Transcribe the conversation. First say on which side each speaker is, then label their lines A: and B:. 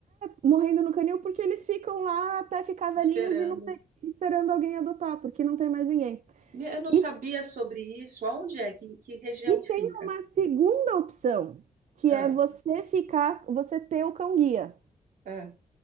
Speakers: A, on the right; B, on the right.
A: morrendo no canil porque eles ficam lá até ficar velhinhos
B: Esperando.
A: e não tem, esperando alguém adotar, porque não tem mais ninguém.
B: Me- Eu não sabia
A: E
B: sobre isso. Aonde é? Que, que região
A: E
B: que
A: tem
B: fica?
A: uma segunda opção, que
B: Ah,
A: é você ficar, você ter o cão guia.
B: ah.